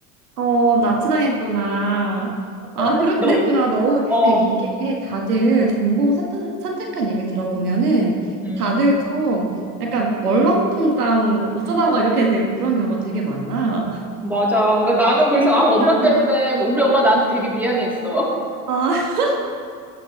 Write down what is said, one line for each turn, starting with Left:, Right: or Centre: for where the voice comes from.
Right: 어, 납치당했구나. 아,
Centre: <laughs>
Right: 그렇게
Centre: 너,
Right: 됐구나. 너무, 그러니까
Centre: 어,
Right: 이게 다들 전공 선택- 선택한 얘기를 들어보면은
Centre: 음,
Right: 다들 좀 약간 얼렁뚱땅 어쩌다가 이렇게 된 그런 경우가 되게 많아.
Centre: 맞아. 그러니까 나는 그래서
Right: 되게
Centre: 아, 엄마
Right: 신기한,
Centre: 때문에 우리 엄마 나한테 되게 미안했어.
Right: 아, <laughs>